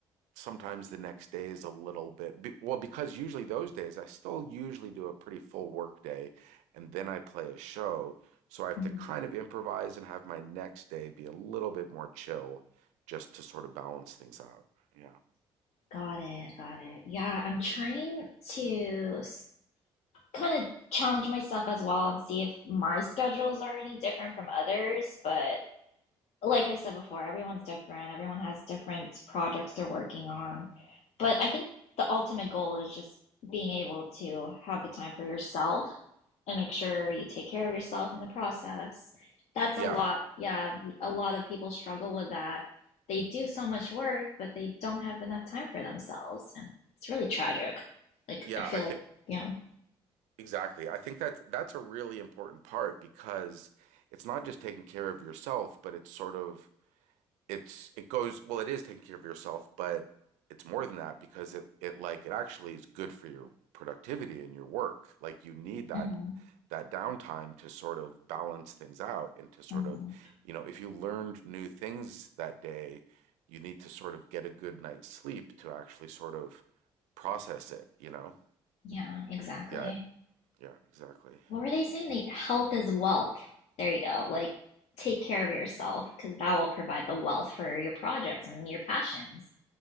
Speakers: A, on the right; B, on the left.
A: sometimes the next day is a little bit be- well because usually those days I still usually do a pretty full work day and then I play a show so I have
B: Mm,
A: to kind of improvise and have my next day be a little bit more chill just to sort of balance things out yeah
B: got it, got it. Yeah, I'm trying to kind of challenge myself as well and see if my schedules are any different from others, but like I said before, everyone's different. Everyone has different projects they're working on. But I think the ultimate goal is just being able to have the time for yourself and make sure you take care of yourself in the process. That's
A: yeah
B: a lot. Yeah, a lot of people struggle with that. They do so much work, but they don't have enough time for themselves. And it's really tragic. Like,
A: yeah
B: I feel
A: I think
B: like, you know,
A: exactly I think that's that's a really important part because it's not just taking care of yourself but it's sort of it's it goes well it is taking care of yourself but it's more than that because it it like it actually is good for your productivity and your work like you need that
B: hmm
A: that downtime to sort of balance things out and to sort
B: hmm
A: of you know if you learned new things that day you need to sort of get a good night's sleep to actually sort of process it you know
B: yeah, exactly.
A: yeah yeah exactly
B: what were they saying? They, health is wealth. There you go. Like, take care of yourself because that will provide the wealth for your projects and your passions.